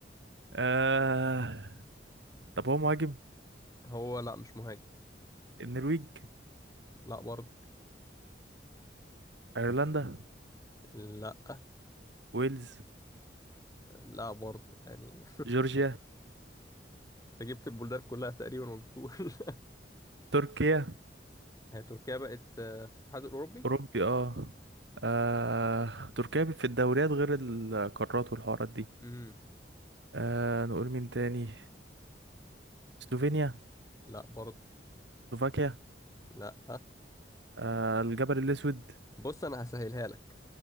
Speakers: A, on the right; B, on the left.
A: آه طب هو مهاجم
B: هو لا مش مهاجم
A: النرويج
B: لا برضه
A: ايرلندا
B: لا
A: ويلز
B: لا برضه يعني
A: جورجيا
B: انت جبت البلدان كلها تقريبا وما جبتوش <laughs>
A: تركيا
B: هي تركيا بقت آه، في الاتحاد الاوروبي
A: اوروبي اه آه، تركيا في الدوريات غير القارات والحوارات دي
B: امم
A: آه نقول مين تاني سلوفينيا
B: لا برضه
A: سلوفاكيا
B: لا
A: آه الجبل الأسود
B: بص انا هسهلها لك